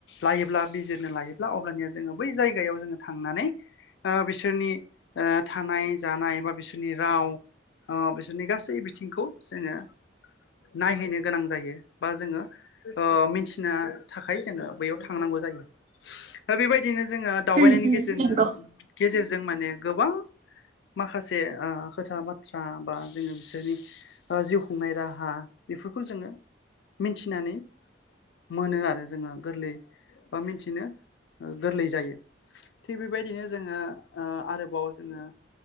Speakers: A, on the left; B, on the right.
A: लायोब्ला बिजिरनो लायोब्ला अब्लानिया जोङो बै जायगायाव जोङो थांनानै ओ बिसोरनि ओ थानाय जानाय बा बिसोरनि राव ओ बिसोरनि गासै बिथिंखौ जोङो नायहैनो गोनां जायो बा जोङो ओ मिथिनो थाखाय जोङो बैयाव थांनांगौ जायो ओ बेबायदि नो जोङो दावबायनायनि
B: उम उम
A: गेजेंनो
B: नंगौ
A: गेजेरजों माने गोबां माखासे ओ खोथा बाथ्रा बा जोङो बिसोरनि ओ जिउ खुंनाय राहा बेफोरखौ जोङो मिथिनानै मोनो आरो जोङो गोरलै बा मिथिनो ओ गोरलै जायो थिग बेबायदिनो जोङो ओ आरोबाव जोङो